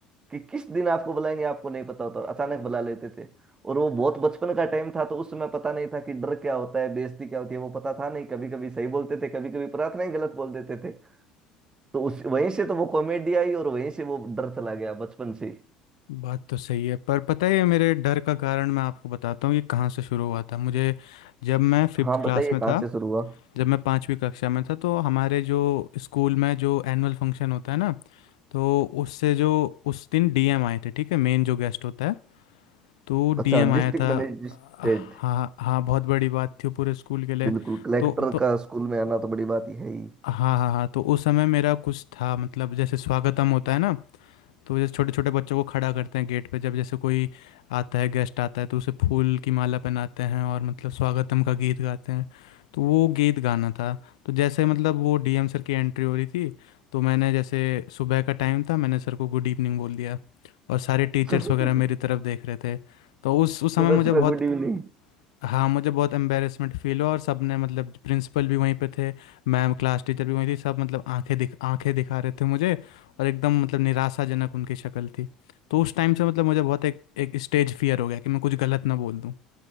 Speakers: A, on the right; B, on the left.
A: कि किस दिन आपको बुलाएंगे आपको नहीं पता होता और अचानक बुला लेते थे और वो बहुत बचपन का टाइम था तो उस समय पता नहीं था कि डर क्या होता है बेइज्जती क्या होती है वो पता था नहीं कभी कभी सही बोलते थे कभी कभी प्रार्थना ही गलत बोल देते थे तो उस वहीं से तो वो कॉमेडी आई और वहीं से वो डर चला गया बचपन से ही।
B: बात तो सही है पर पता है ये मेरे डर का कारण मैं आपको बताता हूँ ये कहाँ से शुरू हुआ था मुझे जब मैं फिफ्थ
A: हाँ बताइए
B: क्लास में
A: कहाँ
B: था
A: से शुरू हुआ
B: जब मैं पाँचवीं कक्षा में था तो हमारे जो स्कूल में जो एनुअल फंक्शन होता है ना तो उससे जो उस दिन डीएम आए थे ठीक है मेन जो गेस्ट होता है तो
A: अच्छा
B: डीएम
A: डिस्ट्रिक्ट
B: आया था
A: मैजिस्ट्रेट
B: हाँ हाँ बहुत बड़ी बात थी वो पूरे स्कूल के लिए
A: बिल्कुल कलेक्टर
B: तो तो
A: का स्कूल में आना तो बड़ी बात ही है ही
B: हाँ हाँ हाँ तो उस समय मेरा कुछ था मतलब जैसे स्वागतम होता है ना तो जैसे छोटे छोटे बच्चों को खड़ा करते हैं गेट पे जब जैसे कोई आता है गेस्ट आता है तो उसे फूल की माला पहनाते हैं और मतलब स्वागतम का गीत गाते हैं तो वो गीत गाना था तो जैसे मतलब वो डीएम सर की एंट्री हो रही थी तो मैंने जैसे सुबह का टाइम था मैंने सर को गुड इवनिंग बोल दिया और सारे टीचर्स
A: <laughs>
B: वगैरह मेरी तरफ देख रहे थे तो उस उस समय
A: सुबह
B: मुझे
A: सुबह
B: बहुत
A: गुड इवनिंग
B: हाँ मुझे बहुत एम्बेरसमेंट फील हुआ और सबने मतलब प्रिंसिपल भी वहीं पे थे मैम क्लास टीचर भी वहीं थी सब मतलब आंखें दिख आंखें दिखा रहे थे मुझे और एकदम मतलब निराशाजनक उनकी शक्ल थी तो उस टाइम से मतलब मुझे बहुत एक एक स्टेज फियर हो गया कि मैं कुछ गलत ना बोल दूँ